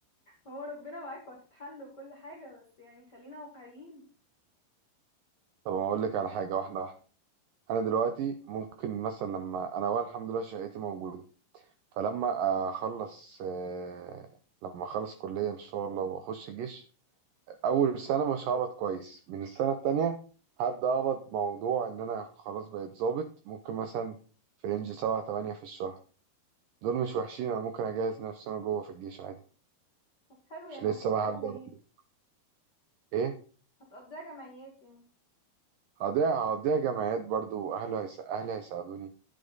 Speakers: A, on the left (about 45°); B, on the right (about 80°).
A: هو ربنا معاك وهتتحل وكل حاجه بس يعني خلينا واقعيين
B: طب انا اقول لك على حاجه واحده واحده انا دلوقتي ممكن مثلا لما انا اولا الحمد لله شقتي موجوده فلما اخلص آه، لما اخلص كليه ان شاء الله واخش الجيش اول سنه مش هقبض كويس من السنه التانية هبدا اقبض موضوع ان انا خلاص بقيت ظابط ممكن مثلا في رينج سبعة تمانية في الشهر دول مش وحشين انا ممكن اجهز نفسي انا جوه في الجيش عادي
A: طب حلو يعني
B: مش لسه
A: هتقضيها
B: بقى هبدا
A: جمعيات
B: بقى- ايه
A: هتقضيها جمعيات يعني
B: هضيع هضيع جمعيات برضو واهله هيس... اهلي هيساعدوني